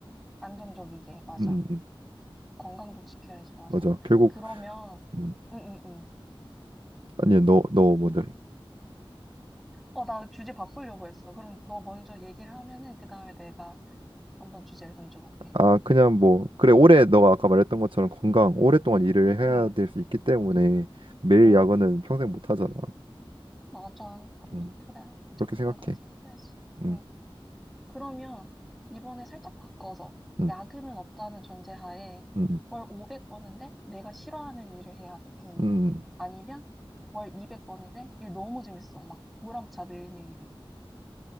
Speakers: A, in the centre; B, on the right (about 65°).
A: 안정적이게, 맞아.
B: 음, 음, 음.
A: 건강도 지켜야지, 맞아.
B: 맞아. 결국
A: 그러면,
B: 음.
A: 응, 응, 응.
B: 아니, 너, 너 먼저 해.
A: 어, 나 주제 바꾸려고 했어. 그럼 너 먼저 얘기를 하면은, 그 다음에 내가 한번 주제를 던져볼게.
B: 아, 그냥 뭐 그래 올해 너가 아까 말했던 것처럼 건강 오랫동안 일을 해야
A: 응,
B: 될 수 있기 때문에 매일
A: 응,
B: 야근은 평생 못 하잖아.
A: 맞아. 그것도
B: 음.
A: 그래.
B: 그렇게 생각해.
A: 건강 챙겨야지.
B: 음.
A: 응. 그러면 이번에 살짝 바꿔서
B: 음.
A: 야근은 없다는 전제하에
B: 음,
A: 월 500 버는데 내가 싫어하는 일을 해야 하는
B: 음,
A: 아니면 월 200 버는데 일 너무 재밌어 막 보람차 매일매일이